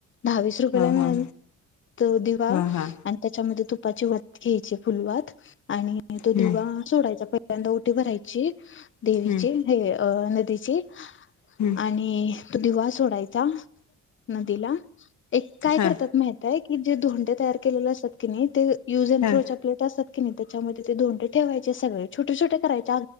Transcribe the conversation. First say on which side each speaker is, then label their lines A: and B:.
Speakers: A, on the left; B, on the left.
A: दहावीस रुपयाला
B: हा
A: मिळेल
B: हा
A: तो दिवा
B: हा हा
A: आणि त्याच्यामध्ये तू पा्पाची वत घ्यायचे फुलवात आणि नाही तो दिवा
B: हम्म
A: पहिल्यांदा ओठी भरायची. देवीचे
B: हम्म
A: हे अ <unintelligible>
B: हम्म
A: आणि तु दिवा सोडायचा. नदीला एक काय
B: हा
A: करतात माहितय की जे धोंडे तयार केलेले असतात. <unintelligible> युज अँड
B: हा
A: थ्रो <unintelligible> नाही त्याच्यामध्ये ते दोंड ठेवायचं. सगळे छोटे छोटे करायचं.